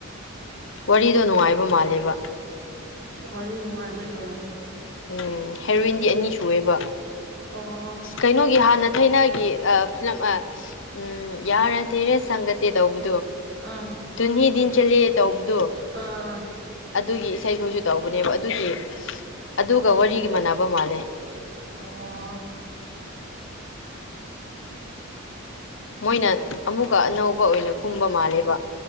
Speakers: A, on the left; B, on the right.
A: ꯋꯥꯔꯤꯗꯣ ꯅꯨꯡꯉꯥꯏꯕ ꯃꯥꯜꯂꯦꯕ
B: ꯋꯥ ꯅꯨꯡꯉꯥꯏꯕꯖꯔꯝꯅꯦ
A: ꯎꯝ ꯍꯦꯔꯣꯏꯋꯟꯗꯤ ꯑꯅꯤ ꯁꯨꯑꯦꯕ
B: ꯑꯣ
A: ꯀꯩꯅꯣꯒꯤ ꯍꯥꯥꯟꯅꯠꯇ ꯊꯥꯏꯅꯒꯤ ꯐꯤꯂꯝ ꯎꯝ ꯌꯥꯔꯗꯤꯦꯔꯦ ꯆꯪꯒꯗꯦ ꯇꯧꯕ
B: ꯑꯥ
A: ꯇꯨꯟꯍꯤ ꯇꯟ ꯆꯠꯂꯦ ꯇꯧꯕꯗꯣ
B: ꯑꯥ
A: ꯑꯗꯨꯒꯤ ꯏꯁꯩꯈꯣꯏꯁꯨ ꯇꯧꯕꯅꯦꯕ ꯑꯗꯨꯒꯤ ꯑꯗꯨꯒ ꯋꯥꯔꯤꯒꯤ ꯃꯥꯟꯅꯕ ꯃꯥꯜꯂꯦ
B: ꯑꯣ
A: ꯃꯣꯏꯅ ꯑꯃꯨꯛꯀ ꯑꯅꯧꯕ ꯑꯣꯏꯅ ꯀꯨꯝꯕ ꯃꯥꯜꯂꯦꯕ